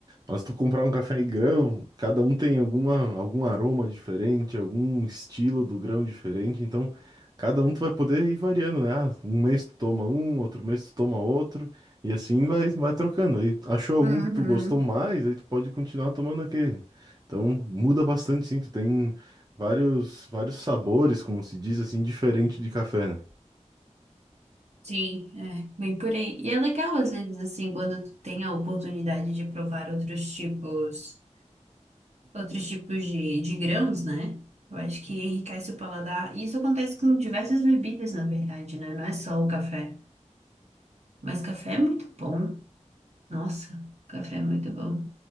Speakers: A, on the right (about 30°); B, on the right (about 60°).
A: Mas tu comprar um café em grão, cada um tem alguma, algum aroma diferente, algum estilo do grão diferente, então cada um tu vai poder ir variando, né? Ah, um mês tu toma um, outro mês tu toma outro, e assim vai, vai trocando. Aí achou algum
B: Uhum.
A: que tu gostou mais, aí tu pode continuar tomando aquele. Então muda bastante, sim. Tu tem Vários, vários sabores, como se diz assim, diferente de café, né?
B: Sim, é, bem por aí. E é legal, às vezes, assim, quando tu tem a oportunidade de provar outros tipos, outros tipos de, de grãos, né? Eu acho que enriquece o paladar. E isso acontece com diversas bebidas, na verdade, né? Não é só o café. Mas café é muito bom. Nossa, café é muito bom.